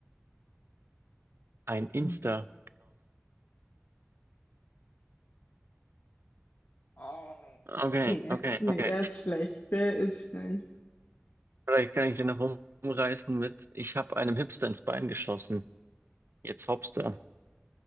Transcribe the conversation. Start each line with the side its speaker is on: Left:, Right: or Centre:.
Right: Ein Instagram.
Left: Mhm. Oh.
Right: Okay,
Left: Nee, der-
Right: okay,
Left: nee,
Right: okay.
Left: der ist schlecht. Der ist schlecht.
Right: Vielleicht kann ich den noch um- umreißen mit, ich habe einem Hipster ins Bein geschossen. Jetzt Hopster.